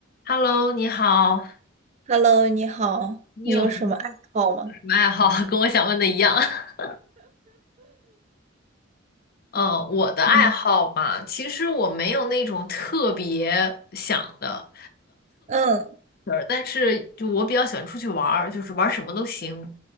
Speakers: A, on the left (about 50°); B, on the right (about 35°).
A: Hello，你好，
B: Hello，你好，
A: 你有什么兴趣有什么爱好？
B: 你有什么爱好吗？
A: <laughs> 跟我想问的一样。<laughs> 嗯，我的爱好嘛，
B: 嗯
A: 其实我没有那种特别想的
B: 嗯
A: 事儿，但是就我比较喜欢出去玩儿，就是玩儿什么都行。